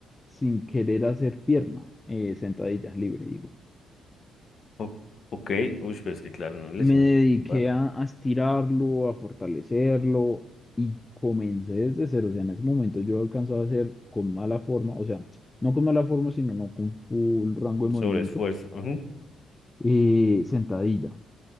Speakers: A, on the left; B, on the left.
A: sin querer hacer pierna, eh, sentadilla libre, digo.
B: O- ok, uy, pero es que claro, una lesión,
A: Me dediqué
B: lumbar.
A: a, a estirarlo, a fortalecerlo y comencé desde cero. O sea, en ese momento yo alcanzaba a hacer con mala forma, o sea, no con mala forma, sino no con full rango
B: un
A: de
B: sobreesfuerzo.
A: movimiento,
B: ujú.
A: eh, sentadilla.